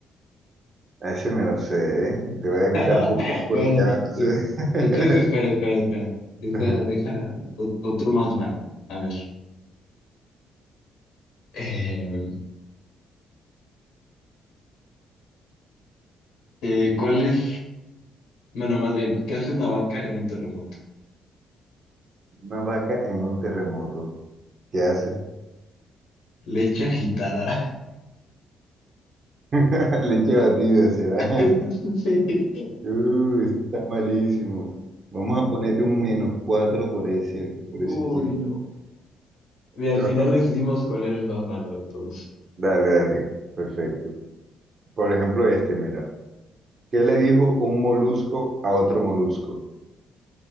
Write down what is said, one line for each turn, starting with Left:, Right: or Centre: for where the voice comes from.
Right: A ese me lo sé, ¿eh? Te voy a
Left: <laughs>
Right: quitar puntos porque
Left: Bueno,
Right: ya no sé.
Left: eh, entonces espera, espera, espera. Deja,
Right: <laughs> Ajá.
Left: deja o- otro más malo. A ver. Eh, eh, ¿cuál es? Bueno, más bien, ¿qué hace una vaca en un terremoto?
Right: Una vaca en un terremoto. ¿Qué hace?
Left: Leche agitada.
Right: <laughs> Leche batida será.
Left: <laughs> Sí.
Right: <laughs> Uy, está malísimo. Vamos a ponerte un menos cuatro por ese, por
Left: Uy,
Right: ese chiste.
Left: no. Mira, al
Right: No,
Left: final decidimos cuál era el más malo de todos.
Right: Dale, dale. Perfecto. Por ejemplo, este, mira. ¿Qué le dijo un molusco a otro molusco?